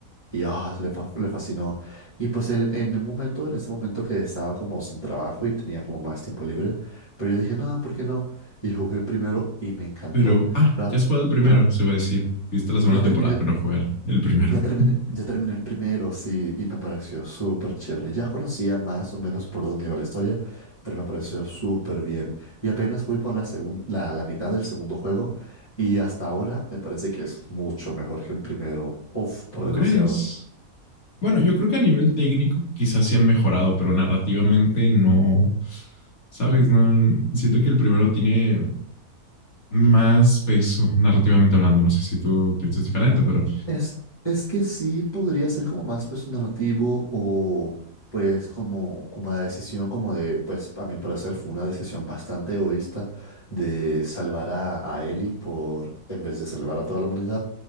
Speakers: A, on the left; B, on the left.
A: y ah, le, fa- le fascinó. Y pues en, en el momento, en ese momento que estaba como sin trabajo y tenía como más tiempo libre, pero yo dije, no, ¿por qué no? Y jugué el primero y me encantó,
B: Pero, ah,
A: pero,
B: ya has jugado el primero,
A: pero
B: se va a decir. Viste la segunda
A: ya
B: temporada,
A: terminé,
B: pero no jugar el primero.
A: ya terminé,
B: <laughs>
A: ya terminé el primero, sí, y me pareció súper chévere. Ya conocía más o menos por dónde iba la historia, pero me pareció súper bien. Y apenas voy por la, segun- la, la mitad del segundo juego, y hasta ahora me parece que es mucho mejor que el primero. Uf, por
B: ¿Tú
A: demasiado.
B: crees? Bueno, yo creo que a nivel técnico quizás sí han mejorado, pero narrativamente no. ¿Sabes? No, siento que el primero tiene más peso narrativamente hablando. No sé si tú piensas diferente, pero
A: Es, es que sí podría ser como más peso narrativo o pues como, como la decisión como de, pues a mi parecer fue una decisión bastante egoísta de salvar a, a Ellie por, en vez de salvar a toda la humanidad.